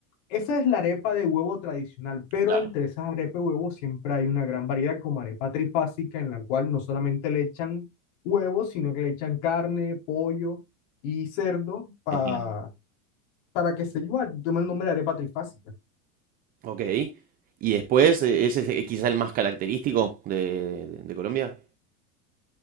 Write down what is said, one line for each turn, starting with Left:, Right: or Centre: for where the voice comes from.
Left: esa es la arepa de huevo tradicional, pero
Right: Claro,
Left: entre esas arepas de huevo siempre hay una gran variedad, como arepa trifásica, en la cual no solamente le echan huevo, sino que le echan carne, pollo y cerdo pa-
Right: entiendo.
Left: para que se lleve, toma el nombre de arepa trifásica.
Right: Ok. Y después, eh, ese es eh, quizá el más característico de, de- de Colombia.